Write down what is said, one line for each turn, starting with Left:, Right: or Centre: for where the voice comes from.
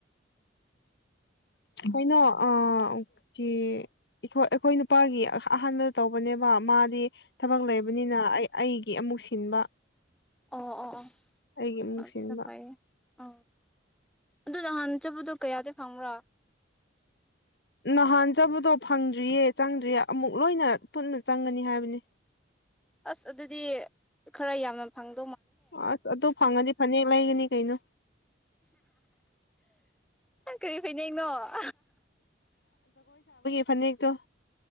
Left: ꯀꯩꯅꯣ ꯑꯩꯈꯣꯏ ꯅꯨꯄꯥꯒꯤ ꯑꯍꯥꯟꯕꯗ ꯇꯧꯕꯅꯦꯕ ꯃꯥꯗꯤ ꯊꯕꯛ ꯂꯩꯕꯅꯤꯅ ꯑꯩ ꯑꯩꯒꯤ ꯑꯃꯨꯛ ꯁꯤꯟꯕ꯫
Centre: ꯑꯣ ꯑꯣ
Left: ꯑꯩꯒꯤ ꯑꯃꯨꯛ
Centre: ꯑ
Left: ꯁꯤꯟꯕ
Centre: ꯆ ꯐꯥꯏ ꯑ꯫ ꯑꯗꯨꯗ ꯍꯥꯟꯅ ꯆꯠꯄꯗꯣ ꯀꯌꯥꯗꯤ ꯐꯪꯕ꯭ꯔꯥ꯫
Left: ꯅꯍꯥꯟ ꯆꯥꯕꯗꯣ ꯐꯪꯗ꯭ꯔꯤꯌꯦ ꯆꯪꯗ꯭ꯔꯤꯌꯦ ꯑꯃꯨꯛ ꯂꯣꯏꯅ ꯄꯨꯟꯅ ꯆꯪꯒꯅꯤ ꯍꯥꯏꯕꯅꯤ꯫
Centre: ꯑꯁ ꯑꯗꯨꯗꯤ ꯈꯔ ꯌꯥꯝꯅ ꯐꯪ꯫
Left: ꯑꯁ ꯑꯗꯨ ꯐꯪꯉꯗꯤ ꯐꯅꯦꯛ ꯂꯩꯒꯅꯤ꯫ ꯍꯅ꯫
Centre: ꯀꯔꯤ ꯐꯤꯅꯅꯣꯝ
Left: ꯐꯅꯤꯦꯛꯒ꯫